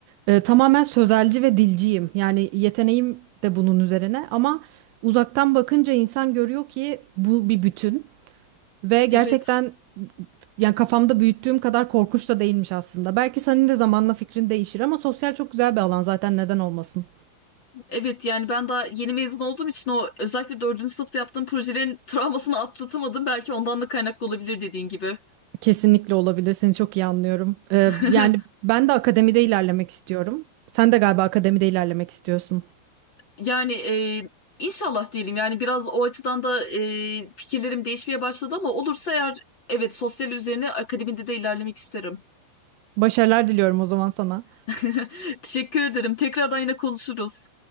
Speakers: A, on the right; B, on the left.
A: Ee, tamamen sözelci ve dilciyim. Yani yeteneğim de bunun üzerine ama uzaktan bakınca insan görüyor ki bu bir bütün. Ve gerçekten
B: Evet.
A: Yani kafamda büyüttüğüm kadar korkunç da değilmiş aslında. Belki senin de zamanla fikrin değişir ama sosyal çok güzel bir alan zaten neden olmasın?
B: Evet yani ben daha yeni mezun olduğum için o özellikle dördüncü sınıfta yaptığım projelerin travmasını atlatamadım. Belki ondan da kaynaklı olabilir dediğin gibi.
A: Kesinlikle olabilir. Seni çok iyi anlıyorum. Ee,
B: <laughs>
A: yani ben de akademide ilerlemek istiyorum. Sen de galiba akademide ilerlemek istiyorsun.
B: Yani e, inşallah diyelim yani biraz o açıdan da e, fikirlerim değişmeye başladı ama olursa eğer evet sosyal üzerine akademide de ilerlemek isterim.
A: Başarılar diliyorum o zaman sana.
B: <laughs> Teşekkür ederim. Tekrardan yine konuşuruz.